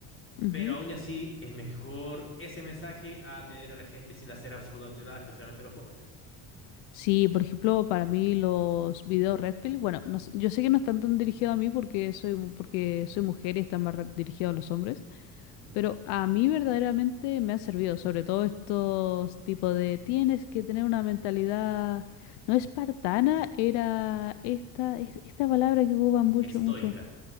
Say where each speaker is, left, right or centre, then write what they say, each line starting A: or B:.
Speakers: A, on the left; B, on the left.
A: Ujú.
B: pero aún así es mejor ese mensaje a tener a la gente sin hacer absolutamente nada, especialmente a los jóvenes.
A: Sí, por ejemplo, para mí los videos Red Pill, bueno, no s- yo sé que no están tan dirigidos a mí porque soy, mu- porque soy mujer y están más re- dirigidos a los hombres,
B: Ujú.
A: pero a mí verdaderamente me han servido, sobre todo estos tipos de tienes que tener una mentalidad no espartana, era esta, es- esta palabra que ocupan mucho,
B: Estoica.
A: mucho.